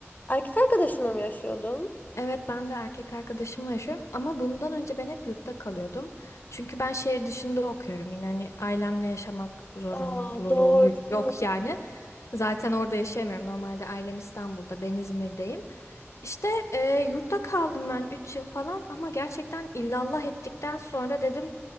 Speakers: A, on the left; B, on the left.
A: erkek arkadaşınla mı yaşıyordun?
B: Evet ben de erkek arkadaşımla yaşıyorum ama bundan önce ben hep yurtta kalıyordum. Çünkü ben şehir dışında okuyorum yine hani ailemle yaşamak zorunluluğum
A: Aa doğru.
B: yok yani. Zaten orada yaşayamıyorum. Normalde ailem İstanbul'da ben İzmir'deyim. İşte e, yurtta kaldım ben 3 yıl falan ama gerçekten illallah ettikten sonra dedim